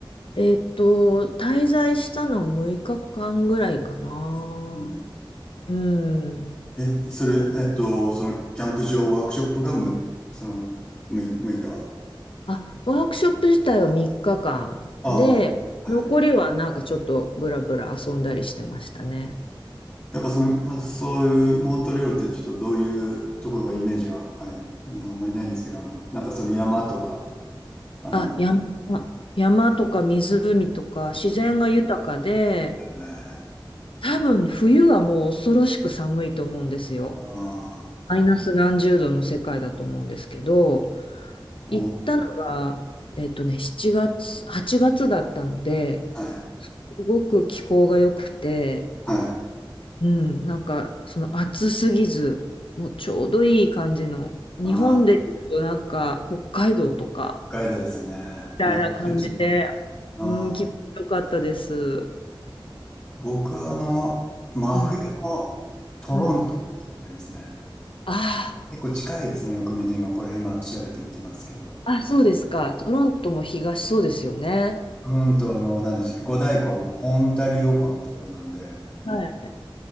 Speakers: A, on the left; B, on the left.
A: えっと、滞在したの6日間ぐらいかな。
B: うん。
A: うん。
B: え、それ、えっと、そのキャンプ場ワークショップがむ、その、む、6日。
A: あ、ワークショップ自体は3日間で、
B: ああ、
A: 残りはなんかちょっとブラブラ遊んだりしてましたね。
B: はい。やっぱその、あ、そういうモントリオールってちょっとどういうところがイメージがあれ、あんまりないんですけど、あの、なんかその山とか、あの、
A: あ、
B: は
A: 山、山とか湖とか自然が豊かで、
B: いはいはい。
A: 多分冬はもう恐ろしく寒いと思うんですよ。
B: あ
A: マイナス何十度の世界だと思うんですけど、行ったのが、
B: あ、もう、
A: えっとね、7月、8月だったので、
B: はい、
A: すごく気候が良くて、
B: はい。
A: うん、なんかその暑すぎず、もうちょうどいい感じの、日本で言うとなんか北海道とか、
B: ああ、北海道ですよね。
A: みたいな感じで、
B: なんか避暑地みたいな。
A: うん、
B: あー
A: 気持ちよかったです。
B: 僕、あの、真冬のトロントがありますね。
A: うん、うん。あ
B: 結構近いですね。よく見ると今、これ今調べてみてますけど。
A: あ、あ、そうですか。トロントも東そうですよね。
B: トロント、あの、何でしたっけ、五大湖のオンタリオ湖のところなんで、
A: はい。